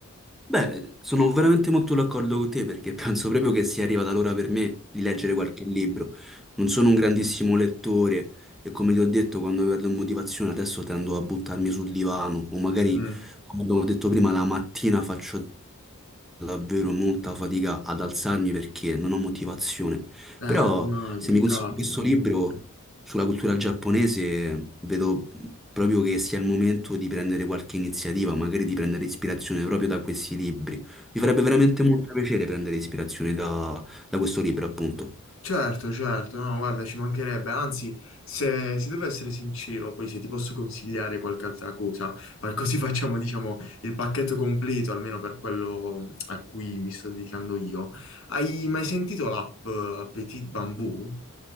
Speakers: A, in the centre; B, on the left.
A: Beh, sono veramente molto d'accordo con te perché penso proprio che sia arrivata l'ora per me di leggere qualche libro. Non sono un grandissimo lettore e come ti ho detto, quando perdo motivazione adesso tendo a buttarmi sul divano o magari,
B: Mm.
A: come abbiamo detto prima, la mattina faccio davvero molta fatica ad alzarmi perché non ho motivazione.
B: Eh,
A: Però
B: no,
A: se mi consigli
B: capita.
A: questo libro sulla cultura giapponese, vedo proprio che sia il momento di prendere qualche iniziativa, magari di prendere ispirazione proprio da questi libri. Mi farebbe veramente molto piacere prendere ispirazione da, da questo libro, appunto.
B: Certo, certo, no, guarda, ci mancherebbe. Anzi, se, se devo essere sincero, poi se ti posso consigliare qualche altra cosa, fa- così facciamo, diciamo, il pacchetto completo, almeno per quello a cui mi sto dedicando io. Hai mai sentito l'app eh, Petit Bamboo?